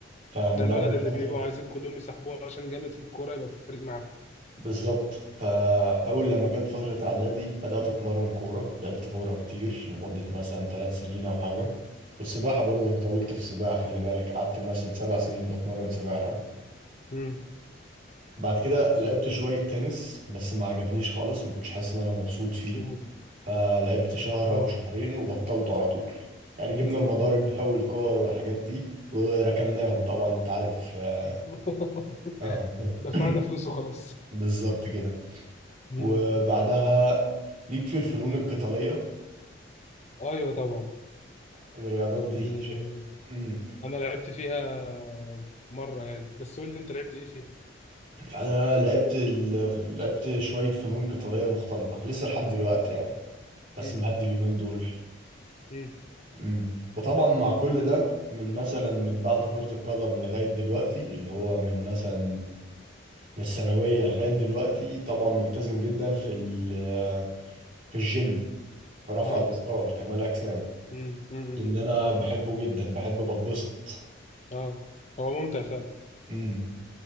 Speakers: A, on the right (about 45°); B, on the left (about 35°).
A: فمن
B: ده الولد
A: أول
B: اللي
A: فترة
B: بيبقوا عايزين كلهم يسحبوه عشان جامد في الكورة يبقى في الفريق
A: بالظبط فأول
B: معاهم
A: لما جت فترة إعدادي بدأت أتمرن كورة لعبت كورة كتير لمدة مثلا ثلاث سنين أو حاجة والسباحة برضه أنا طولت في السباحة خلي بالك قعدت مثلا سبع سنين بتمرن سباحة
B: مم.
A: بعد كده لعبت شوية تنس بس ما عجبنيش خالص ما كنتش حاسس إن أنا مبسوط فيه
B: مم.
A: فلعبت شهر
B: مم.
A: او شهرين وبطلته على طول يعني جبنا المضارب
B: مم.
A: بقى والكور والحاجات دي وركناهم طبعا انت عارف اه
B: <laughs>
A: <clears throat>
B: دفعنا فلوس وخلاص
A: بالظبط كده
B: مم.
A: وبعدها ليك في الفنون القتالية
B: ايوه طبعا
A: الرياضات دي
B: ب-
A: شيء امم
B: انا لعبت فيها مره يعني بس قول لي انت لعبت ايه فيها
A: انا لعبت ال... لعبت شوية فنون قتالية مختلطة لسه لحد دلوقتي يعني بس
B: مم.
A: مهدي اليومين دول
B: مم.
A: امم وطبعا مع كل ده من مثلا من بعد كرة القدم لغاية دلوقتي اللي هو من مثلا من الثانوية لغاية دلوقتي طبعا ملتزم جدا في ال- في الجيم في رفع
B: اه
A: الأثقال كمال أجسام
B: مم. مم. مم.
A: لأن أنا بحبه جدا بحب بتبسط
B: اه هو ممتع فعلا
A: امم